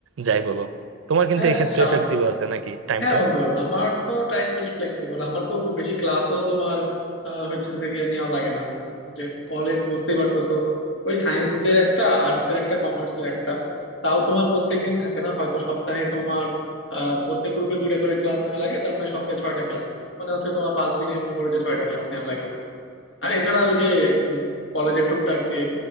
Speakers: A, on the right; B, on the left.
A: যাই বলো তোমার কিন্তু
B: হ্যাঁ
A: এক্ষেত্রে
B: স্বাভাবিক
A: ফ্লেক্সিবল আছে নাকি টাইমটা
B: হ্যাঁ বন্ধু আমার তো টাইম বেশ ফ্লেক্সিবল আমার তো খুব বেশি ক্লাসও তোমার আহ, হচ্ছে থেকে নেওয়া লাগে না যেহেতু কলেজ বুঝতেই পারতেছো ওই সায়েন্স দের একটা আর্টস দের একটা কমার্স এর একটা তাও তোমার প্রত্যেক দিন থাকে না হয়তো সপ্তাহে তোমার আহ, প্রত্যেক গ্রুপে দুইটা করে ক্লাস নেওয়া লাগে তার মানে সপ্তাহে ছয়টা ক্লাস মানে হচ্ছে তোমার পাঁচ দিনে মনে করো যে ছয়টা ক্লাস নেওয়া লাগে আমার আর এছাড়া ওই যে কলেজের টুকটাক যে